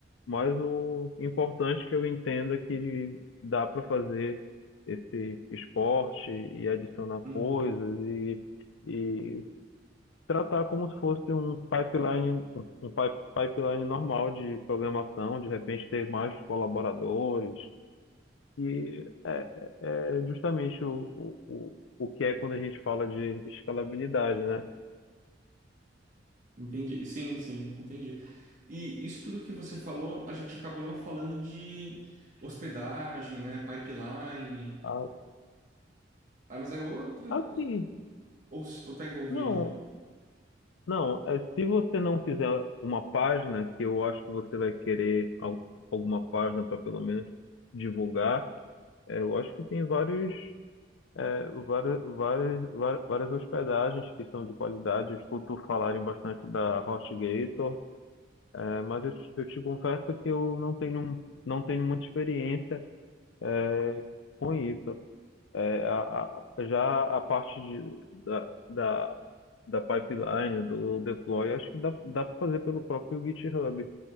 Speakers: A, on the left; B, on the right.
A: Mas o importante que eu entendo é que dá para fazer esse esporte e adicionar
B: Uhum.
A: coisas e, e tratar como se fosse um pipeline, um pi- pipeline normal de programação, de repente ter mais colaboradores, e é, é é justamente o, o, o o que é quando a gente fala de escalabilidade, né?
B: Entendi. Sim, sim, entendi. E isso tudo que você falou, a gente acabou não falando de hospedagem, né? Pipeline.
A: Ah,
B: Ah, mas é outra?
A: Assim,
B: Ou, ou tá envolvido?
A: não, não, é, se você não quiser uma página, que eu acho que você vai querer al- alguma página para pelo menos divulgar, é, eu acho que tem vários É, várias, várias, va- várias hospedagens que são de qualidade, eu escuto falarem bastante da HostGator, é, mas eu, te eu te confesso que eu não tenho, não tenho muita experiência é, com isso. É, a- a- já a parte de, da, da, da pipeline, do deploy, acho que dá, dá para fazer pelo próprio GitHub.